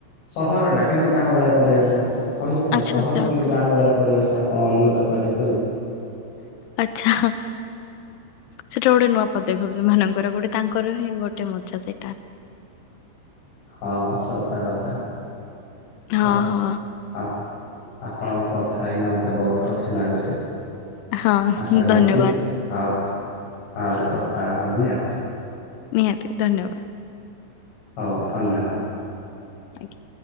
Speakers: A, on the left; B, on the left.
A: ସହର ଟା କିନ୍ତୁ ଗାଁ ପରିବେଶ। କହିଲି ପରା
B: ଆଚ୍ଛା
A: ସହର
B: ଆଚ୍ଛା
A: କିନ୍ତୁ
B: ଆଚ୍ଛା।
A: ଗାଁ ଭଳିଆ ପରିବେଶ ଆପଣ ଅନୁଭୂତ କରିବେ ବୋଲି।
B: ଆଛା ସେଟା ଗୋଟେ ନୁଆ <unintelligible> ସେ ମାନଙ୍କର ଗୋଟେ ତାଙ୍କର ହିଁ ଗୋଟେ ମଜା ସେଟା।
A: ହଁ ସତ କଥା
B: ହଁ
A: ମୁଁ
B: ହଁ
A: ଆପ ଆପଣଙ୍କ କଥା ହେଇକିନା ମତେ ବହୁତ୍ ଖୁସି ଲାଗୁଚି।
B: ହଁ
A: ଆଶା କରୁଛି
B: ଧନ୍ୟବାଦ
A: ଆଉ ଆହୁରି କଥା ହବ ବୋଲି ଆଉ।
B: ନିହାତି ଧନ୍ୟବାଦ୍।
A: ହଉ ଧନ୍ୟବାଦ୍।
B: ଆଜ୍ଞା।